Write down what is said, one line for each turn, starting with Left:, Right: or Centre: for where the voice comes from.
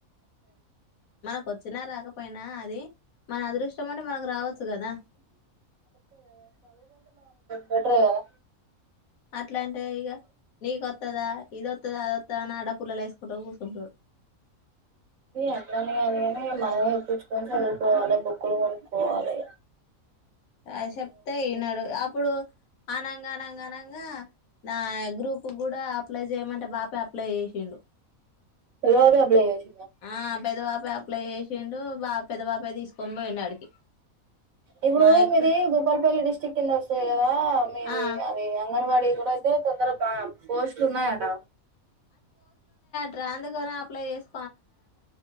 Left: మనకు వచ్చినా రాకపోయినా అది మన అదృష్టం ఉంటే మనకు రావచ్చు కదా
Right: బెటర్ కదా
Left: అట్లా అంటే ఇగ నీకొత్త ఓత్తదా ఇదొత్తదా అదొత్తదా అని అడ్డ పుల్లలు యేస్కుంట కూసుంటడు
Right: ఇ అట్లానీ కాదు కాని మనమే ఇప్పించుకొని చదువుకోవాలి బుక్కులు కొనుక్కోవాలి
Left: ఆ చెప్తే వినరు అప్పుడు అనంగా అనంగా అనంగా నా గ్రూప్ కూడా అప్లై చేయమంటే బాపే అప్లై చేసిండు
Right: పెద్దబాపే అప్లై చేసిండు
Left: ఆ పెద్దబాపు అప్లై చేసిండు బా పెద్ద బాపే తీసుకొని పోయిండు ఆడికి
Right: ఇప్పుడు
Left: మా యక్క
Right: మీది భూపల్పల్లి డిస్ చికెన్ దొసే కద్ ఆ మీది
Left: ఆ
Right: అది అంగన్వడి కూడా అయితే తొందరగా బా పోస్టులు ఉన్నాయ్ ఆడ
Left: ట్రాందు కని అప్లై చేస్